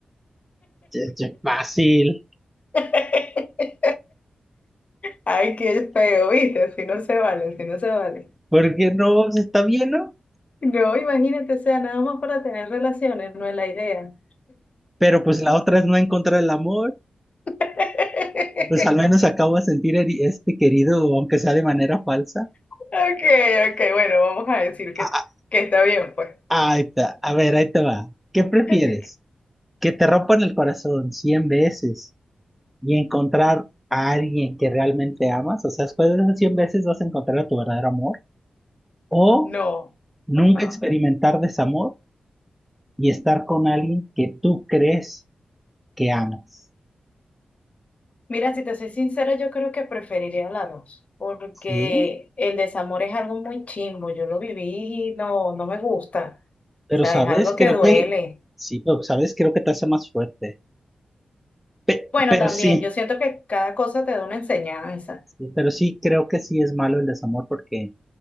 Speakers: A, in the centre; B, on the left (about 50°).
A: Es es fácil.
B: <laughs> Ay, qué feo, ¿viste? Si no se vale, si no se vale.
A: ¿Por qué no? Pues Está bien, ¿no?
B: No, imagínate, o sea, nada más para tener relaciones, no es la idea.
A: Pero pues la otra es no encontrar el amor.
B: <laughs>
A: Pues al menos acabo de sentir eri- este querido, aunque sea de manera falsa.
B: Ok, ok, bueno, vamos a decir que,
A: Ah,
B: que está bien, pues.
A: ah, ahí está. A ver, ahí te va. ¿Qué prefieres?
B: <laughs>
A: ¿Que te rompan el corazón 100 veces y encontrar a alguien que realmente amas? O sea, después de esas 100 veces vas a encontrar a tu verdadero amor. ¿O
B: No,
A: nunca
B: ajá.
A: experimentar desamor y estar con alguien que tú crees que amas?
B: Mira, si te soy sincera, yo creo que preferiría la dos, porque
A: ¿Sí?
B: el desamor es algo muy chimbo, yo lo viví y no, no me gusta,
A: Pero,
B: o sea,
A: ¿sabes?
B: es algo que
A: Creo
B: duele.
A: que el... Sí, pero, ¿sabes? Creo que te hace más fuerte. Pe-
B: Bueno,
A: pero
B: también,
A: sí.
B: yo siento que cada cosa te da una enseñanza.
A: Sí, Pero sí, creo que sí es malo el desamor porque,